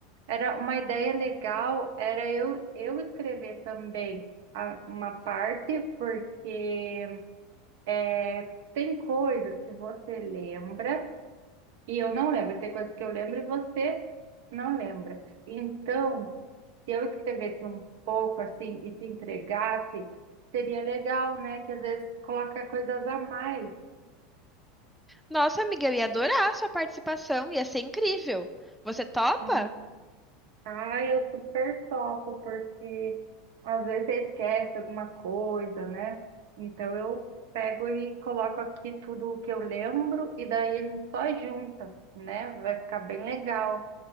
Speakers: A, on the right; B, in the centre.
A: Era uma ideia legal, era eu, eu escrever também a- uma parte, porque é, tem coisas que você lembra. E eu não lembro, tem coisas que eu lembro e você não lembra. Então, se eu escrevesse um pouco assim e te entregasse, seria legal, né? Que às vezes coloca coisas a mais.
B: Nossa, amiga, eu ia adorar a sua participação, ia ser incrível. Você topa?
A: Uhum. Ah, eu super topo, porque às vezes você esquece alguma coisa, né? Então eu pego e coloco aqui tudo o que eu lembro e daí a gente só junta, né? Vai ficar bem legal.